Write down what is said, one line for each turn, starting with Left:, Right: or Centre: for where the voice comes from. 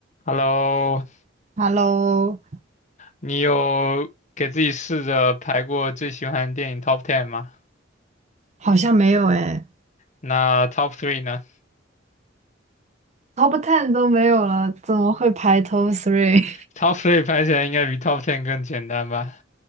Left: Hello，
Right: Hello，
Left: 你有给自己试着排过最喜欢的电影 Top Ten 吗？
Right: 好像没有诶
Left: 那 Top Three 呢
Right: t o p Ten 都没有了，怎么会排 Top Three？
Left: ？Top Three 排起来应该比 Top Ten 更简单吧？